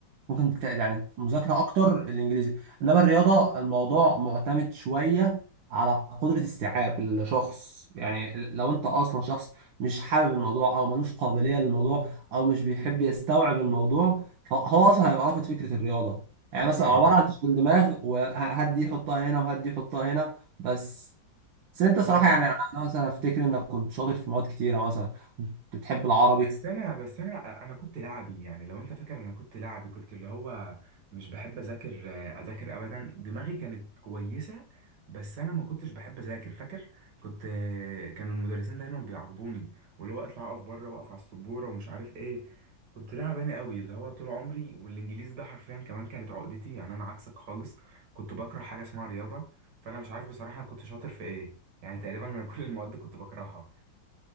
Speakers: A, on the right; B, on the right.
A: ممكن تت- يعني مذاكرة أكتر الإنجليزي إنما الرياضة الموضوع معتمد شوية على قدرة استيعاب الشخص يعني لو أنت أصلا شخص مش حابب الموضوع أو ملوش قابلية للموضوع أو مش بيحب يستوعب الموضوع فهو أصلا هيبقى رافض فكرة الرياضة يعني
B: امم
A: مثلا عبارة عن تشغيل دماغ وهات دي حطها هنا وهات دي حطها هنا بس بس أنت صراحة
B: هو
A: يعني أنا مثلا أفتكر إنك كنت شاطر في مواد كتيرة مثلا كنت بتحب العربي
B: بس انا بس انا انا كنت لعبي يعني لو انت فاكر انا كنت لعبي كنت اللي هو مش بحب اذاكر اذاكر ابدا دماغي كانت كويسه بس انا ما كنتش بحب اذاكر فاكر كنت كانوا المدرسين دايما بيعاقبوني واللي هو اطلع اقف بره واقف على السبوره ومش عارف ايه كنت لاعباني قوي اللي هو طول عمري والانجليزي ده حرفيا كمان كانت عقدتي يعني انا عكسك خالص كنت بكره حاجه اسمها رياضه فانا مش عارف بصراحه انا كنت شاطر في ايه يعني تقريبا انا كل المواد كنت بكرهها